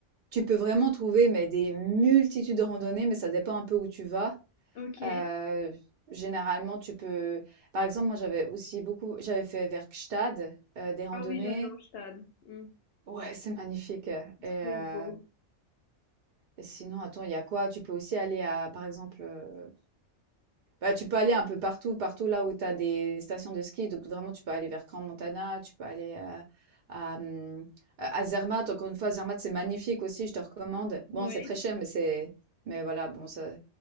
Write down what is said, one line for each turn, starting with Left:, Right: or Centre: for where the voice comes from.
Right: tu peux vraiment trouver, mais des multitudes de randonnées, mais ça dépend un peu où tu vas.
Left: Ok.
Right: Euh, généralement, tu peux. Par exemple, moi, j'avais aussi beaucoup. J'avais fait Werkstatt, euh, des randonnées.
Left: Ah oui, j'adore Stade. Hmm,
Right: Ouais, c'est magnifique. Et, euh,
Left: Trop beau.
Right: et sinon, attends, il y a quoi? Tu peux aussi aller à, par exemple, euh, bah, tu peux aller un peu partout, partout là où tu as des stations de ski. Donc, vraiment, tu peux aller vers Grand Montana, tu peux aller euh, à, hum, à à Zermatt. Encore une fois, Zermatt, c'est magnifique aussi, je te recommande. Bon,
Left: Oui.
Right: c'est très cher, mais c'est. Mais voilà, bon, ça...